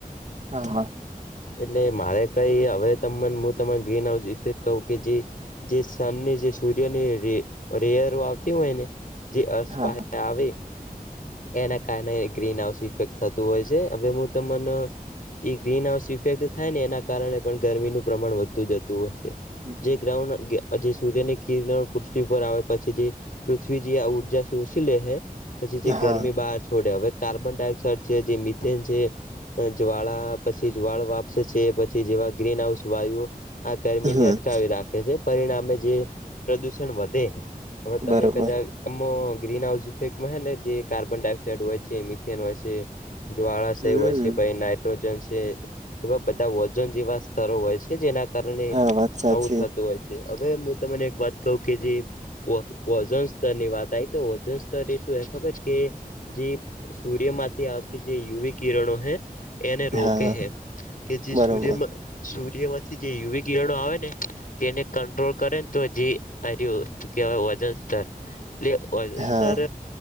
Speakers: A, on the right; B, on the left.
A: હા હા.
B: એટલે મારે કઈ હવે તમન મું તમે ગ્રીન હાઉસ ઇફેક્ટ કઉં કે જે જે સનની જે સૂર્યની રે રેયર આવતી હોયને જે અર્સ
A: હા
B: પાહે
A: હા
B: આવે એના કારણે ગ્રીન હાઉસ ઇફેક્ટ થતું હોય છે હવે હું તમન ઈ ગ્રીન હાઉસ ઇફેક્ટ થાય ને એના કારણે પણ ગરમીનું પ્રમાણ વધતુ જતું હશે
A: હમ
B: જે ગ્રાઉન્ડ <unintelligible> જે સૂર્યની કિરણ પૃથ્વી પર આવે પછી જે પૃથ્વીજી આ ઉર્જા શોષી લે હે જે ગરમી
A: હા
B: બાહર છોડે, હવે કાર્બન ડાયોક્સાઇડ છે, જે મિથેન છે, જ્વાળા પછી જ્વાળા વાપ છે પછી જેવા ગ્રીન હાઉસ વાયુઓ આ ગરમી ને
A: હમ
B: અટકાવી રાખે છે. પરિણામે જે પ્રદૂષણ વધે હવે તમે
A: બરોબર
B: કદાચ એમમાં ગ્રીન હાઉસ ઈફેક્ટમાં હે ને જે કાર્બન ડાયોક્સાઇડ હોય છે, મિથેન હોય છે. જ્વાળાશય
A: હમ
B: હોય છે પહિ નાઇટ્રોજન છે એવા બધા ઓઝોન જેવા સ્તરો હોય છે જેના કારણે
A: હા વાત સાચી
B: આવું થતું હોય હવે મું તમને એક વાત કહું કે જે ઓ ઓઝોન સ્તરની વાત તાઈ તો ઓઝોન સ્તર એ શું હોય ખબર? કે જે સૂર્યમાંથી આવતી જે યુવી કિરણો હે એને રોકે
A: હા
B: હે કે જે
A: બરોબર
B: સૂર્યમાં સૂર્યમાંથી જે યુવિક કિરણો આવે ને તેને કંટ્રોલ કરે ને તો જે આય રયુ કેવાય ઓઝોન સ્તર એટલે ઓઝોન
A: હા
B: સ્તર